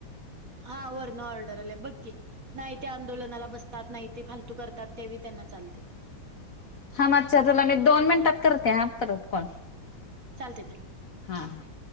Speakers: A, on the right; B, on the left.
A: हा.. वरणं ऑर्डर आले बघ कि नाही ते आंदोलनाला बसतात नाही ते फालतू करतात ते बी त्यांना चालतंय.
B: हा मच्छा तुला मी दोन मिनिटात करते ह परत कॉल.
A: चालतंय- चालतंय
B: हा.. आ...